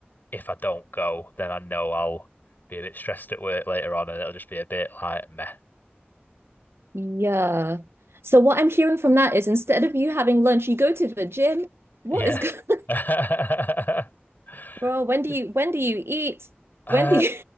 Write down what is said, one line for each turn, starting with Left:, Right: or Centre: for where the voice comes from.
Left: if I don't go, then I know I'll be a bit stressed at work later on, and it'll just be a bit like meh.
Right: Yeah. So what I'm hearing from that is instead of you having lunch, you go to the gym. What
Left: Yeah.
Right: is going
Left: <laughs>
Right: <laughs> Bro, when do
Left: It's-
Right: you when do you eat?
Left: Uh,
Right: When do you